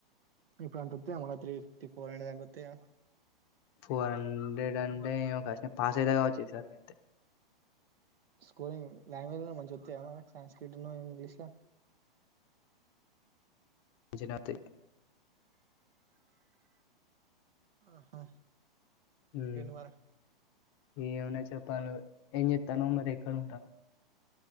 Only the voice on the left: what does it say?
ఫోర్ హండ్రెడ్ అంటే ఏమో కష్టం పాస్ అయితా కావచ్చు ఈ సారి గంతే
జనాతి
మ్
ఇమన్నా చెప్పాల్ నువ్ ఏం చేత్తానవ్ మరి కంత